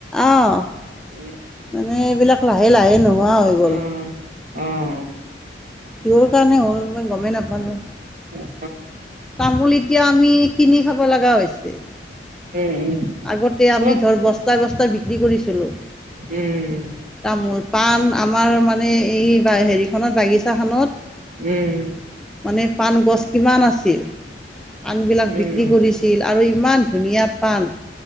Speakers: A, in the centre; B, on the right.
A: অ',
B: উম
A: মানে এইবিলাক লাহে লাহে নোহোৱা হৈ গ'ল
B: অ অ'
A: কিহৰ কাৰণে
B: অ
A: হ'ল মই গমেই নাপালো
B: উম
A: তামুলী এতিয়া আমি কিনি খাব লগা হৈছে।
B: উম
A: আগতে
B: কোৱা,
A: আমি ধৰ বস্তা বস্তা বিক্ৰী কৰিছিলোঁ।
B: উম
A: তামোল পাণ আমাৰ মানে এই হেৰিখনত বাগিচাখনত
B: উম
A: মানে পাণ গছ কিমান আছিল পাণবিলাক
B: উম
A: বিক্ৰী কৰি আৰু ইমান ধুনীয়া পাণ